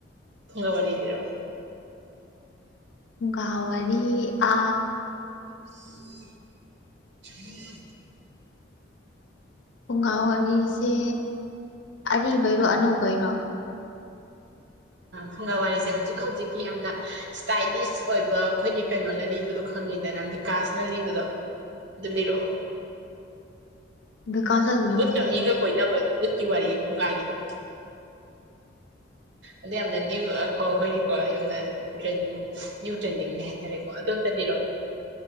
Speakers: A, on the right; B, on the left.
A: ꯐꯨꯡꯒꯥ ꯋꯥꯔꯤ ꯂꯤꯔꯛꯑꯣ
B: ꯐꯨꯡꯒꯥ ꯋꯥꯔꯤ ꯑ
A: <unintelligible>
B: ꯐꯨꯡꯒꯥ ꯋꯥꯔꯤꯁꯦ ꯑꯔꯤꯕꯩꯔꯣ ꯑꯅꯧꯕꯩꯔꯣ
A: ꯐꯨꯡꯒꯥ ꯋꯥꯔꯤꯁꯦ ꯍꯧꯖꯤꯛ ꯍꯧꯖꯤꯛꯀꯤ ꯌꯥꯝꯅ ꯏꯁ꯭ꯇꯥꯏꯂꯤꯁ ꯑꯣꯏꯕ ꯑꯩꯈꯣꯏꯒꯤ ꯀꯩꯅꯣꯅ ꯂꯤꯕꯗꯣ ꯈꯪꯉꯤꯗꯅ ꯕꯤꯀꯥꯁꯅ ꯂꯤꯕꯗꯣ ꯑꯗꯨ ꯂꯤꯔꯛꯑꯣ
B: ꯕꯀꯥꯁ
A: ꯕꯨꯠ ꯀꯃꯤꯒ ꯀꯣꯏꯅꯕꯒꯤ ꯕꯨꯠꯀꯤ ꯋꯥꯔꯤ ꯐꯨꯡꯒꯥꯒꯤꯗꯣ ꯑꯗ ꯌꯥꯝꯅ ꯅ꯭ꯨ ꯀꯣ ꯑꯩꯈꯣꯏꯒꯤꯀꯣ ꯌꯥꯝꯅ ꯇ꯭ꯔꯅꯤꯡ ꯅ꯭ꯌꯨ ꯇ꯭ꯔꯦꯟꯗꯤꯡꯅꯦ ꯍꯥꯏꯇꯥꯔꯦꯀꯣ ꯑꯗꯨ ꯑꯝ ꯇꯄꯤꯔꯛꯑꯣ